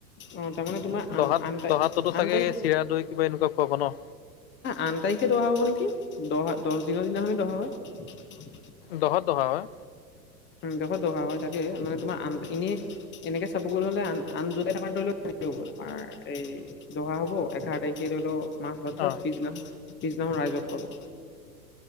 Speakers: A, on the left; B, on the left.
A: অ তাৰমানে তোমাৰ আন
B: দহাত
A: আন তাৰিখ
B: দহাততো চাগে
A: আন তাৰিখ
B: চিৰা দৈ কিবা এনেকুৱা খুৱাব ন
A: আন তাৰিখে দহা হ'ব নেকি, দহ দহ দিনৰ দিনাখন দৰা হয়।
B: দহত দহা হয়।
A: দহত দহা হয় তাকে, মানে তোমাৰ আন এনে এনেকে চাব গলে হলে আন আন জলাই থ ধৰি ল আমাৰ এই দহা হ'ব এঘাৰ তাৰিখে ধৰি লওক মাছ ভাতছোৱা
B: অ
A: পিছদিনা পিছদিনাখন ৰাইজক খোৱাব।